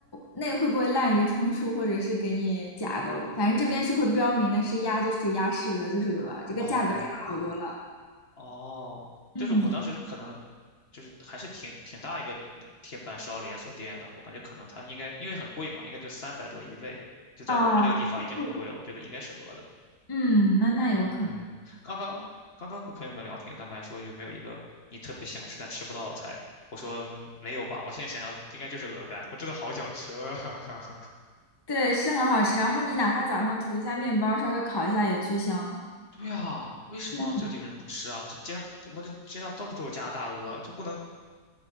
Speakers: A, on the left; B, on the left.
A: 内会不会滥竽充数，或者是给你假的，反正这边是会标明的是鸭就是鸭，是鹅就是鹅，这个价格差好多了。
B: 哦哦，
A: 嗯，
B: 就是我当时可能就是还是挺挺大一个铁板烧连锁店的，我感觉可能它应该因为很贵嘛，应该就三百多一位，就在我们这个地方已经很贵了，
A: 啊，吃素
B: 我觉得应该是鹅的。
A: 嗯，那那有可能，
B: 嗯，刚刚刚刚跟朋友们聊天，他们还说有没有一个你特别想吃但吃不到的菜？我说嗯没有吧，我现在想想应该就是鹅肝，我真的好想吃啊。<laughs>
A: 对，是很好吃，然后你哪怕早上涂一下面包，稍微烤一下也巨香。
B: 对啊，为什么这里人不吃啊？
A: 嗯。
B: 这街上我这街上到处都是加拿大鹅，就不能